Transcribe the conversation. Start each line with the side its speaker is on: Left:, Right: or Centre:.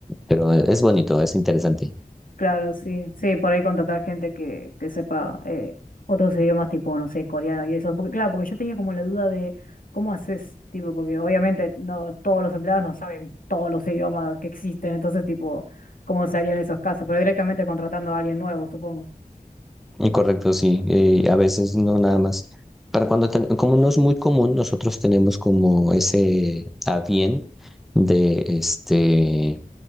Centre: pero es bonito, es interesante.
Left: Claro, sí, sí, por ahí contratar gente que, que sepa eh, otros idiomas tipo, no sé, coreano y eso. Porque, claro, porque yo tenía como la duda de cómo haces, tipo, porque obviamente no todos los empleados no saben todos los idiomas que existen, entonces, tipo, cómo se harían esos casos, pero directamente contratando a alguien nuevo, supongo.
Centre: Y correcto, sí, eh, a veces no nada más. Para cuando, ten- como no es muy común, nosotros tenemos como ese a bien de este.